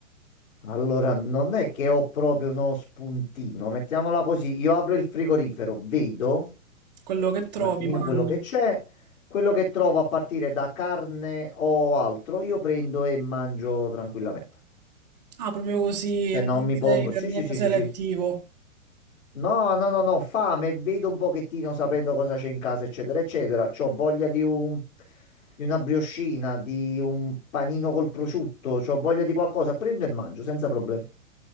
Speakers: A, on the left; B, on the right.
A: Allora, non è che ho proprio uno spuntino, mettiamola così, io apro il frigorifero, vedo
B: Quello che trovi,
A: un attimino
B: mangi.
A: quello che c'è, quello che trovo a partire da carne o altro, io prendo e mangio tranquillamente.
B: Ah, proprio così,
A: Cioè
B: non
A: non mi
B: sei
A: pongo,
B: per
A: sì,
B: niente
A: sì, sì,
B: selettivo.
A: sì, sì. No, no, no, no, fame, vedo un pochettino sapendo cosa c'è in casa, eccetera, eccetera. C'ho voglia di un, di una briochina, di un panino col prosciutto, c'ho voglia di qualcosa, prendo e mangio senza problemi.